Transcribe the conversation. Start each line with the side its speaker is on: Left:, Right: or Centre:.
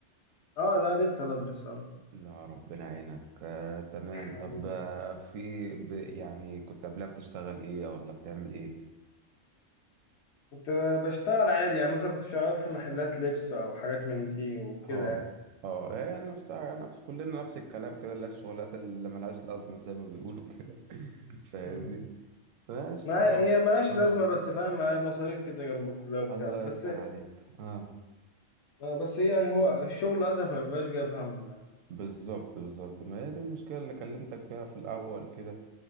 Left: اه لا لسه بدرس اه
Right: لا ربنا يعينك آه، تمام طب
Left: بعدين.
Right: آه، في ب... يعني كنت قبلها بتشتغل ايه ولا بتعمل ايه
Left: كنت ب- بشتغل عادي يعني مثلا كنت شغال في محلات لبس او حاجات من دي وكده
Right: اه
Left: يعني
Right: اه هي نفسها نفس كلنا نفس الكلام كده اللي هي الشغلات اللي ملهاش لازمة زي ما بيقولوا كده <laughs> فاهمني
Left: <laughs>
Right: ماشي
Left: ما
Right: طب
Left: هي ملهاش
Right: اه
Left: لازمة بس فاهم مصاريف كده جنب الكلية وبتاع
Right: الله
Left: بس
Right: يفتح عليك اه
Left: آه، بس يعني هو الشغل للأسف ما بيبقاش جايب همه يعني
Right: بالظبط بالظبط ما هي دي المشكلة اللي كلمتك فيها في الأول كده